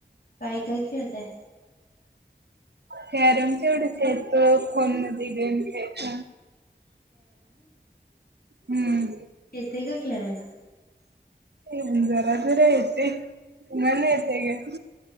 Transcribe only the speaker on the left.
काय काय खेळताय?
येते का खेळायला.